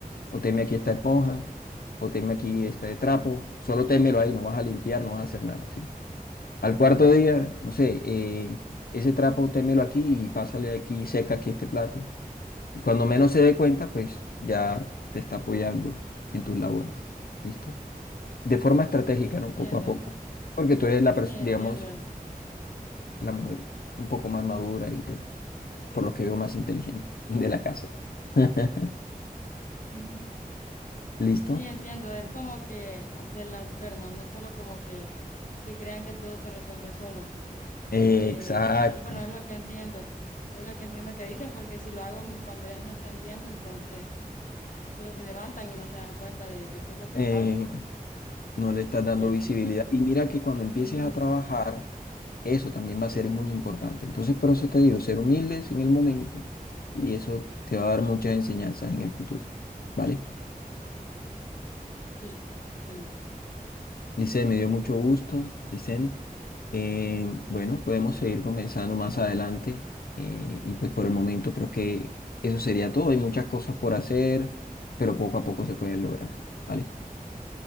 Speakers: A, on the left; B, on the left.
A: o teme aquí esta esponja o teme aquí este trapo, solo témelo ahí, no vas a limpiar, no vas a hacer nada, sí. Al cuarto día, no sé, eh, ese trapo témelo aquí y pásale aquí, seca aquí este plato. Y cuando menos se dé cuenta, pues ya te está apoyando en tus labores. ¿Listo? De forma estratégica,
B: Ok,
A: ¿no?
B: entiendo.
A: Poco a poco. Porque tú eres la persona,
B: Sí, entiendo.
A: digamos, la mujer un poco más madura y pues por lo que veo más inteligente <laughs> de la casa. <laughs>
B: Mm,
A: ¿Listo?
B: Sí, entiendo. Es como que hacerlas ver, ¿no? No solo como que, que crean que todo se resuelve solo. Porque,
A: Eh, exacto.
B: que, bueno, es lo que entiendo. Es lo que entiendo que dices, porque si lo hago m- cuando ellas no están viendo, entonces solo se levantan y no se dan cuenta de, de qué es lo que
A: Eh,
B: pasa
A: no le estás dando
B: y así.
A: visibilidad. Y mira que cuando empieces
B: Ujú,
A: a trabajar, eso también va a ser muy importante. Entonces, por eso te digo, ser humildes en el momento y eso te va a dar muchas enseñanzas en el futuro. ¿Vale?
B: Sí, entiendo.
A: Lice, me dio mucho gusto, Licen. Eh, bueno, podemos seguir comenzando más adelante eh, y pues por el momento creo que eso sería todo. Hay muchas cosas por hacer, pero poco a poco se pueden lograr, ¿vale?